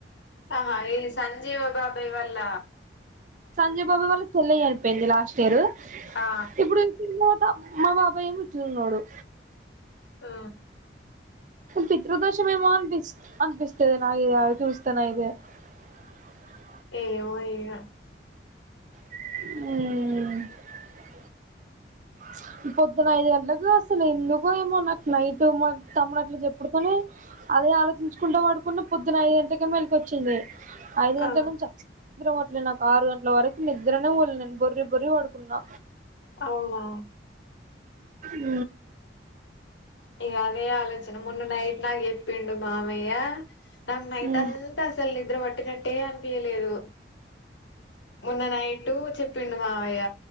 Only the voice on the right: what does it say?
సంజయ్ బాబాయ్ వాళ్ళ చెల్లె చనిపోయింది లాస్ట్ ఇయర్
ఇప్పుడు మా బాబాయేమో చిన్నోడు
పితృ దోషమేమో అని పిస్తది నాకు చూస్తానయితే టీవీ సౌండ్
ఉ చ్ పొద్దున ఐదు గంటలకు అసలు ఎందుకు ఏమోన్న నైట్ తమ్ముడు అట్లు చెప్పుడుతోనే అదే ఆలోచించుకుంటా పడుకున్నా పొద్దున ఐదు గంటల కె మెలుకువ వచ్చింది ఐదు
గంటల నుంచి నిద్ర పట్టలే నాకు ఆరు గంటల వరకు నిద్రనే పోలే నేను బర్రి బర్రి పడుకున్నా
ఉ
మ్మ్